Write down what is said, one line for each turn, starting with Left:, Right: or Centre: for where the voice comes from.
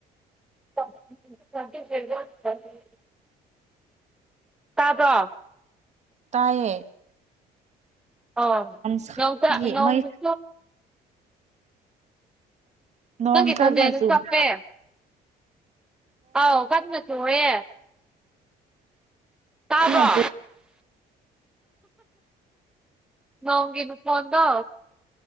Centre: <unintelligible> ꯇꯥꯕ꯭ꯔꯣ
Right: ꯇꯥꯌꯦ
Centre: ꯑꯣ
Right: ꯁꯥꯕꯒꯤ
Centre: ꯌꯣꯡꯆꯥꯛ ꯌꯣꯡ
Right: ꯃꯩ
Centre: <unintelligible>
Right: ꯅꯣꯡ
Centre: ꯅꯪꯒꯤ
Right: ꯀꯟꯅ
Centre: ꯈꯣꯟꯖꯦꯜꯗꯣ
Right: ꯆꯨꯕ꯭ꯔꯣ
Centre: ꯆꯞꯄꯦ ꯑꯥꯎ ꯀꯟꯅ ꯆꯨꯌꯦ ꯇꯥꯕ꯭ꯔꯣ
Right: ꯅꯖꯨ
Centre: ꯅꯣꯡꯒꯤ ꯃꯈꯣꯟꯗꯣ